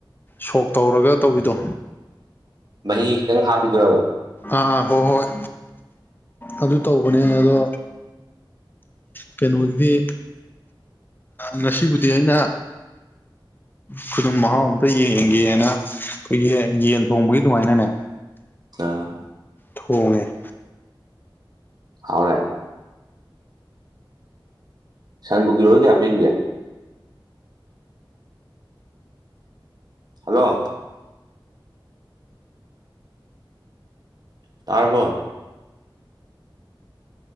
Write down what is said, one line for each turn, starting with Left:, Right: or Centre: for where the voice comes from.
Left: ꯁꯣꯛ ꯇꯧꯔꯒ ꯇꯧꯕꯤꯗꯣ
Right: ꯃꯍꯤ ꯈꯤꯇꯪ ꯍꯥꯞꯄꯤꯗꯨꯔꯕ
Left: ꯑꯥ ꯍꯣꯏ ꯍꯣꯏ ꯑꯗꯨ ꯇꯧꯕꯅꯦ ꯑꯗꯣ ꯀꯩꯅꯣꯒꯤꯗꯤ ꯉꯁꯤꯕꯨꯗꯤ ꯑꯩꯅ ꯈꯨꯗꯨꯝ ꯃꯍꯥꯎ ꯑꯝꯇ ꯌꯦꯡꯒꯦꯅ ꯑꯩꯈꯣꯏꯒꯤ ꯌꯦꯟ ꯊꯣꯡꯕꯒꯤ ꯑꯗꯨꯃꯥꯏꯅꯅꯦ
Right: ꯑ
Left: ꯊꯣꯡꯉꯦ
Right: ꯍꯥꯎꯅꯦ ꯁꯥꯟꯕꯨ ꯀꯤꯂ‌ꯣꯗ ꯀꯌꯥ ꯄꯤꯔꯤꯒ‌ꯦ ꯍꯜꯂꯣ ꯇꯥꯔꯕ‌ꯣ